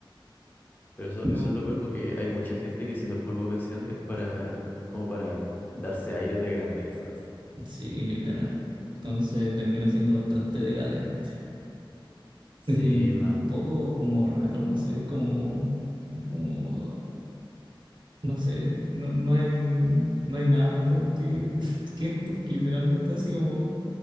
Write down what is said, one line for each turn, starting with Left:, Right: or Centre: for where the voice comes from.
Left: Pero eso,
Right: no.
Left: eso es lo peor porque hay mucha gente que si no es por vocación es para, es como para darse aires de grandeza, así.
Right: Sí, literal. Entonces termina siendo bastante decadente.
Left: Sí,
Right: Y un
Left: no,
Right: poco como raro, no sé, como, es como, no sé, no, no hay, no hay nada mejor que, <laughs> que esto, literalmente, así como,